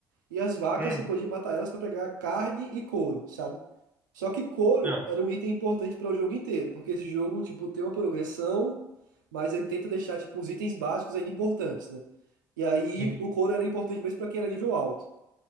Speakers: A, on the right (about 90°); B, on the right (about 20°).
A: e as vacas
B: Hum,
A: você podia matar elas para pegar carne e couro, sabe? Só que couro
B: ah,
A: era um item importante para o jogo inteiro, porque esse jogo, tipo, tem uma progressão, mas ele tenta deixar, tipo, os itens básicos ainda importantes, né? E aí
B: entendi.
A: o couro era importante mesmo para quem era nível alto.